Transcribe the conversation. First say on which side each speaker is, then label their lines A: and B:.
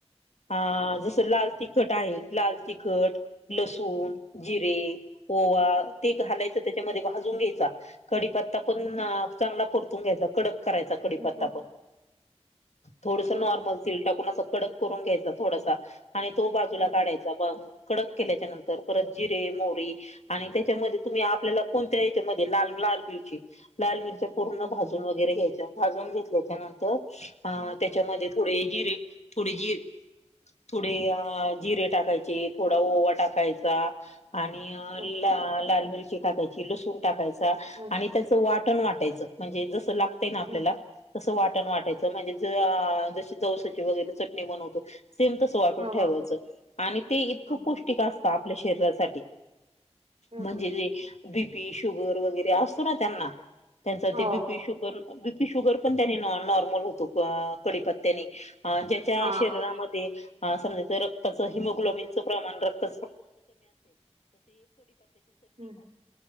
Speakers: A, on the left; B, on the right.
A: अ जसं लाल तीख तिखट आहे लाल तिखट लसूण,
B: हम्म.
A: जिरे, ओवा ते घालायचं त्याच्यामध्ये भाजून घ्यायचा. कडीपत्ता पण चांगला परतून घ्यायचा कडक करायचा कडीपत्ता
B: हो
A: पण. थोडसं
B: बरोबर.
A: नॉर्मल. टाकून अस कडक करून घ्यायचा थोडासा आणि तो बाजूला
B: हम्म.
A: काढायचा कडक केल्याच्या नंतर परत जिरे मोरी आणि त्याच्यामध्ये तुम्ही आपल्याला कोणत्या याच्यामध्ये लाल लाल मिरची लाल मिरच्या पूर्ण
B: हम्म. हम्म.
A: भाज वरे घ्याय भाून घेतल्याच्या नंतर त्याच्या थोडे जिरे थोडे जिरे थोडे जिरे टाकायचे थोडा वाट टाकायचा आणि
B: हम्म.
A: ला लाल मिरची टाकायची लसूण टाकायचा आणि
B: हम्म.
A: त्याच वाटण वाटायच म्हणजे जस लागतय ना आपल्याला
B: हम्म.
A: तसं वाटण वाटायचं म्हणजे जशी जवस वगैरे सेम तस वाटून
B: हो
A: ठेवायच
B: हो
A: आणि ते इतक
B: हो हो
A: आप शरीसाठी
B: हम्म.
A: म्हणजे पी शुगर वगैरे असतो ना त्यांना त्यांचा
B: हो,
A: ते बीपी शुगर बीपी शुगर पण त्यांनी नॉर्मल होतो कडीपत्त्यानी ज्याच्या
B: हा
A: शरीरामध्ये समजा रक्ताचं हिमोग्लोबिनचं प्रमाण रक्त क क
B: हम्म.